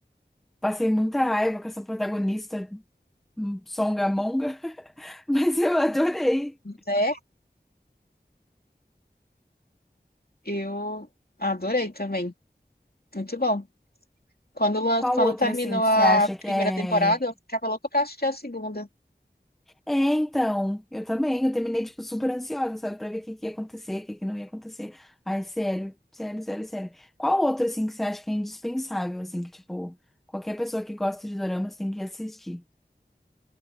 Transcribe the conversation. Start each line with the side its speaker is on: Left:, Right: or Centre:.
Centre: Passei muita raiva com essa protagonista hum, songamonga, <laughs> mas eu adorei.
Left: Né? Eu adorei também. Muito bom. Quando, lan-
Centre: Qual
Left: quando
Centre: outro,
Left: terminou
Centre: assim, que
Left: a
Centre: você acha que
Left: primeira
Centre: é.
Left: temporada, eu ficava louca pra assistir a segunda.
Centre: É, então, eu também. Eu terminei, tipo, super ansiosa, sabe, pra ver o que que ia acontecer, o que que não ia acontecer. Ai, sério, sério, sério, sério. Qual outro, assim, que você acha que é indispensável, assim, que, tipo, qualquer pessoa que gosta de doramas tem que assistir?